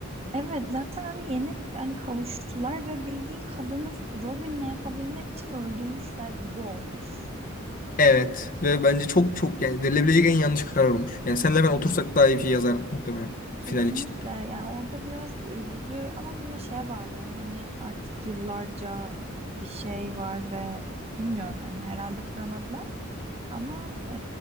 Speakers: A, on the right (about 30°); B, on the left (about 45°).
A: Evet zaten hani yeni hani kavuştular ve bildiğin kadını Robin'le yapabilmek için öldürmüşler gibi olmuş.
B: Evet. Ve bence çok çok yani verilebilecek en yanlış karar olmuş. Yani senle ben otursak daha iyi bir şey yazardık muhtemelen
A: Kesinlikle
B: final için.
A: yani orada biraz üzdü ama bunu da şeye bağlıyorum hani artık yıllarca bir şey var ve bilmiyorum hani herhalde kuramadılar ama e,